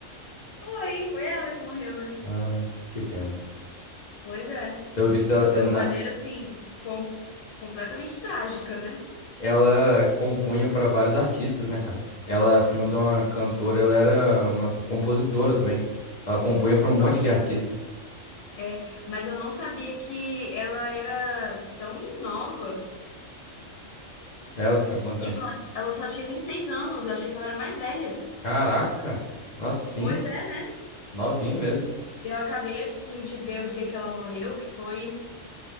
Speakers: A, on the left (about 70°); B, on the left (about 50°).
A: Foi, foi ela que morreu, né?
B: Ah, que pena.
A: Pois é.
B: Pelo visto,
A: De
B: ela,
A: uma maneira assim, com... completamente trágica, né?
B: ela compunha pra vários artistas, né, cara? Ela, acima de uma cantora, ela era uma compositora também. Ela compunha pra um monte
A: Nossa,
B: de artista.
A: É, mas eu não sabia que ela era tão nova.
B: Ela tinha quantos
A: Tipo,
B: anos?
A: ela, ela só tinha 26 anos, eu achei que ela era mais velha.
B: Caraca! Nossa, sim,
A: Pois é, né?
B: novinha mesmo.
A: Eu acabei aqui de ver o dia que ela morreu, que foi.